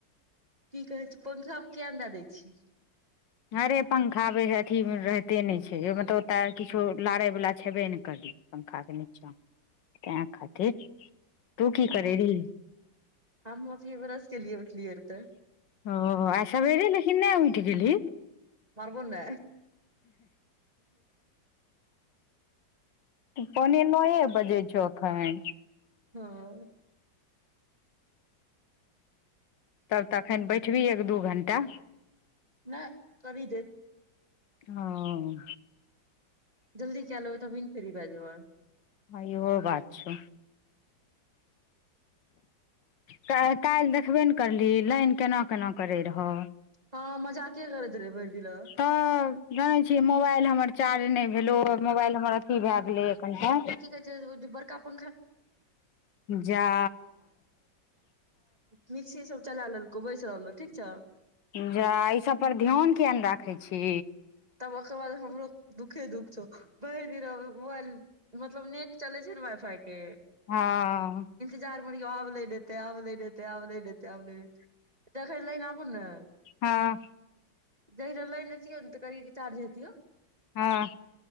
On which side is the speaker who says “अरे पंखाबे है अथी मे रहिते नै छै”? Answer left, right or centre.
Left